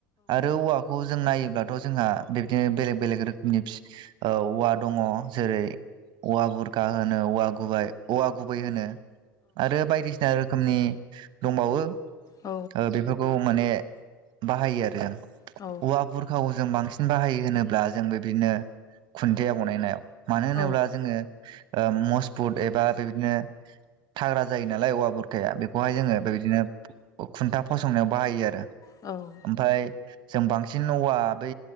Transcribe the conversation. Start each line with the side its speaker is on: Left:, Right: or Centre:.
Right: आरो औवा खौ जों नायोब्लाथ' जोंहा बिबदिनो बेलेग बेलेग रोखोमनि औवा दङ। जेरै औवा बुरखाा होनो औवा गुब औवा गुबै होनो आरो बायदिसिना रोखोमनि दंबावो
Left: औ
Right: ओ बेफोरखौ माने बाहायो आरो जों
Left: औ
Right: औवाबुर खा जों बांसिन बाहायो होनोब्ला जों बे बिदिनो खुन्थिया बनायनाय याव। मानो
Left: औ
Right: होनोब्ला जोङो ओ मजबुत एबा बेबायदिनो थाग्रा जायो नालाय औवा बुरखाया बे बेखौहाय जोङो बेबायदिनो खुन्था फसंनायाव बाहायो आरो
Left: औ
Right: ओमफाय जों बांसिन औवा बै